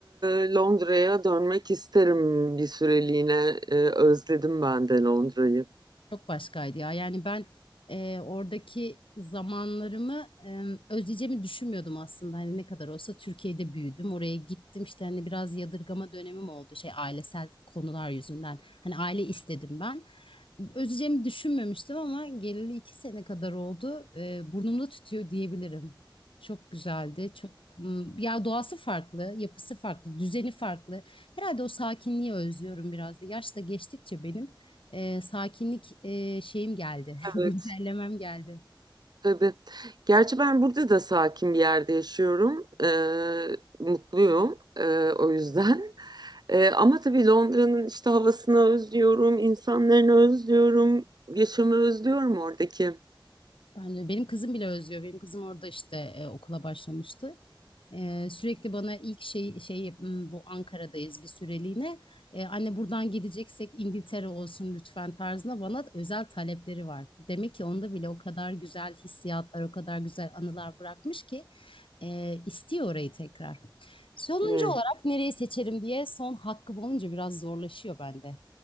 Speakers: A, on the right (about 55°); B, on the left (about 85°).
A: e, Londra'ya dönmek isterim bir süreliğine. E, özledim ben de Londra'yı.
B: Çok başkaydı ya. Yani ben e, oradaki zamanlarımı e, özleyeceğimi düşünmüyordum aslında. Hani ne kadar olsa Türkiye'de büyüdüm. Oraya gittim işte hani biraz yadırgama dönemim oldu. Şey ailesel konular yüzünden. Hani aile istedim ben. Özleyeceğimi düşünmemiştim ama geleli iki sene kadar oldu. E, burnumda tütüyor diyebilirim. Çok güzeldi. Çok Hmm, ya doğası farklı, yapısı farklı, düzeni farklı. Herhalde o sakinliği özlüyorum biraz da. Yaş da geçtikçe benim e, sakinlik e, şeyim geldi, <laughs> güncellemem
A: Evet
B: geldi.
A: tabii. Gerçi ben burada da sakin bir yerde yaşıyorum. E, mutluyum e, o yüzden. <laughs> E, ama tabii Londra'nın işte havasını özlüyorum, insanlarını özlüyorum, yaşamı özlüyorum oradaki.
B: Bence benim kızım bile özlüyor. Benim kızım orada işte e, okula başlamıştı. E, sürekli bana ilk şey şey "Hmm, bu Ankara'dayız bir süreliğine. E, anne buradan gideceksek İngiltere olsun lütfen tarzında bana özel talepleri var. Demek ki onda bile o kadar güzel hissiyatlar, o kadar güzel anılar bırakmış ki e, istiyor orayı tekrar. Sonuncu
A: Ne?
B: olarak nereyi seçerim diye son hakkım olunca biraz zorlaşıyor bende.